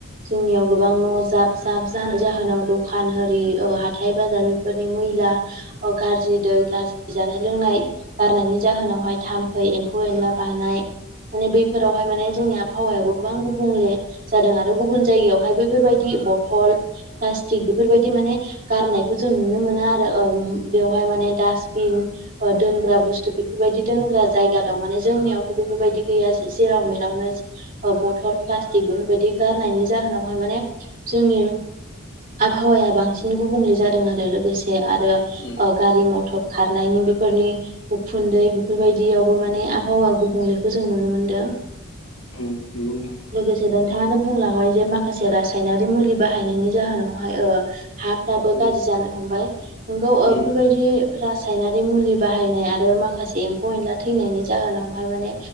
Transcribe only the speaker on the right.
जोंनियाव गोबां न' जाब जाब जानायनि जाहोनाव दखान होरि ओ हाथाइ बाजार बेफोरनि मैला गारजि दै गारजि जानाय-लोंनाय गारनायनि जाहोनावहाय थाम्फै एम्फौ एनला बानाय माने बैफोरावहाय माने जोंनि आबहावायाबो गोबां गुबुंले जादों आरो गुबुन जायगायावहाय बैफोरबायदि बथल, प्लासटिक बेफोरबादि माने गारनायखौ जों नुनो मोना आरो ओ बेवहाय माने दास्टबिन ओ दोनग्रा बुस्थु बेफोरबायदि दोनग्रा जायगा दं माने जों जोंनियावथ' बेफोरबायदि गैया जेराव मेरावनो ओ बथल प्लास्टिक बेफोरबायदि गारनायनि जाहोन हाय माने जोंनि आबहावाया बांसिन गुबुंले जादों आरो लोगोसे आरो ओ
ओ गारि मथर खारनायनि बेफोरनि उखुन्दै बेफोरबायदियावबो माने हावा गुबुंलेखौ जों नुनो मोनदों।
लोगोसे नोंथाङानो बुंलांबाय जे माखासे रासायनारि मुलि बाहायनायनि जाहोनावहाय हाफ्राबो
गाज्रि जानो हमबाय नोंगौ ओ
बेफोरबायदि रासायनारि मुलि बाहायनाय आरो माखासे एम्फौ-एनला थैनायनि जाहोनावहाय माने